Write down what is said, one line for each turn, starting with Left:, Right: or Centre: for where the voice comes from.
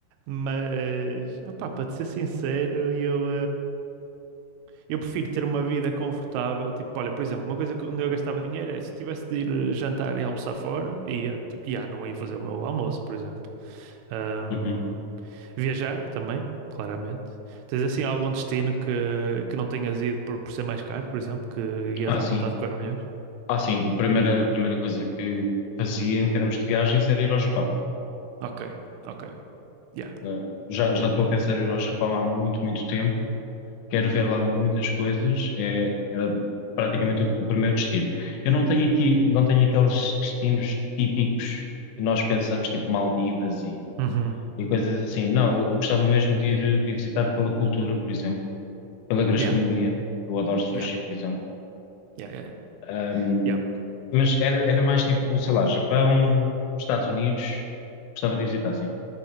Right: Mas, opá, para te ser sincero, eu. Eu prefiro ter uma vida confortável, tipo, olha, por exemplo, uma coisa que onde eu gastava dinheiro é se tivesse de ir eh, jantar e almoçar fora, ia, tipo, já não ia fazer o meu almoço, por exemplo. Ahm,
Left: Uhum.
Right: viajar também, claramente. Tens assim algum destino que, que não tenhas ido por, por ser mais caro, por exemplo, que ias
Left: Ah,
Right: à
Left: sim.
Right: vontade com Euromilhões?
Left: Ah, sim. A primeira, a primeira coisa que fazia em termos de viagens era ir ao Japão.
Right: Ok, ok, yeah.
Left: Ah, já, já estou a pensar em ir ao Japão há muito, muito tempo. Quero ver lá muitas coisas. É, era praticamente o, o primeiro destino. Eu não tenho aqui, não tenho aqueles destinos típicos que nós pensamos, tipo Maldivas e,
Right: Uhum.
Left: e coisas assim. Não, eu, eu gostava mesmo de ir, de ir visitar pela cultura, por exemplo pela gastronomia.
Right: Yeah,
Left: Eu adoro sushi,
Right: yeah,
Left: por exemplo.
Right: yeah, yeah, yeah.
Left: Ahm,
Right: Yeah.
Left: mas era, era mais tipo, sei lá, Japão, Estados Unidos. Gostava de visitar, sim.